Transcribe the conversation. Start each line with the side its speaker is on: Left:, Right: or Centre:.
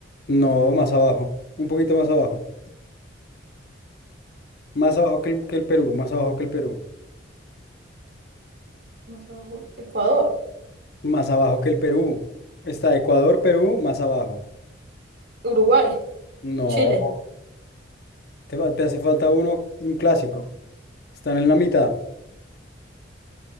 Left: No, más abajo, un poquito más abajo. Más abajo que el, que el Perú, más abajo que el Perú.
Right: Más abajo, Ecuador,
Left: Más abajo que el Perú. Está Ecuador, Perú, más abajo.
Right: Uruguay,
Left: No,
Right: Chile,
Left: te, va- te hace falta uno, un clásico. Están en la mitad,